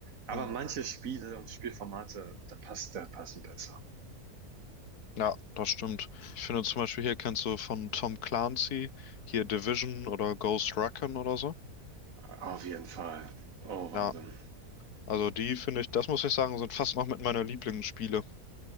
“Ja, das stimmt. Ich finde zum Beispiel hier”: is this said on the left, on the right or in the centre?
Left